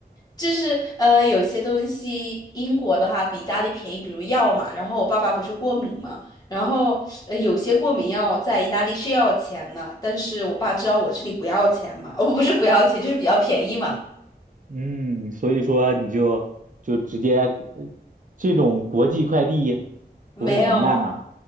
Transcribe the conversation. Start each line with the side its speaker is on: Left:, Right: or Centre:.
Left: 就是呃有些东西英国的话比意大利便宜，比如药嘛。然后我爸爸不是过敏嘛，然后呃有些过敏药在意大利是要钱的，但是我爸知道我这里不要钱嘛，<laughs> 哦不是不要钱，就是比较便宜嘛。
Right: 嗯，所以说你就就直接呃这种国际快递
Left: 没有，
Right: 不会很慢吗？